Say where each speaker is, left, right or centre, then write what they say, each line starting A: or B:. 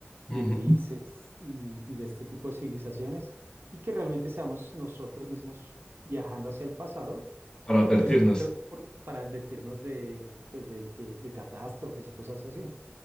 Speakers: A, on the right; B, on the left.
A: de
B: Ujú.
A: grises y, y de este tipo de civilizaciones y que realmente seamos nosotros mismos viajando hacia el pasado,
B: Para
A: porque
B: advertirnos.
A: pues pe- creo que por- para advertirnos de, pues, de, que, de catástrofes y cosas así.